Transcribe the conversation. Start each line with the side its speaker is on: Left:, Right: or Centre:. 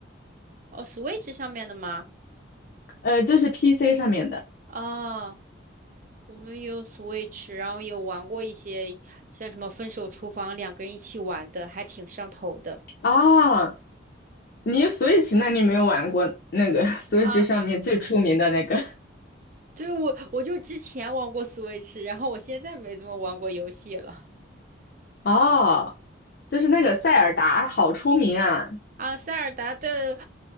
Right: 哦，Switch 上面的吗？
Left: 呃，就是 PC 上面的。
Right: 哦。我们也有 Switch，然后也玩过一些像什么《分手厨房》，两个人一起玩的，还挺上头的
Left: 啊。你 Switch 那你没有玩过那个 <laughs> Switch
Right: 啊。
Left: 上面最出名的那个
Right: 对，我我就之前玩过 Switch，然后我现在没怎么玩过游戏了
Left: <laughs> 哦，就是那个塞尔达，好出名啊！
Right: 啊。塞尔达的